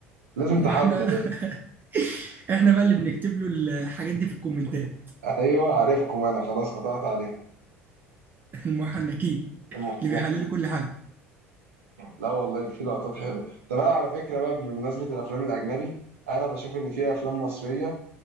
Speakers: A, on the right; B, on the right.
A: لازم
B: ما
A: تحلل
B: احنا <laughs> احنا بقى اللي بنكتب له الحاجات دي في الكومنتات
A: ايوه عارفكم انا خلاص قطعت عليكم
B: <laughs> المحنكين
A: <laughs> المخنك
B: اللي بيحللوا كل حاجه
A: لا والله في لقطات حلوه طب انا على فكره بقى بمناسبه الافلام الاجنبي انا بشوف ان في افلام مصريه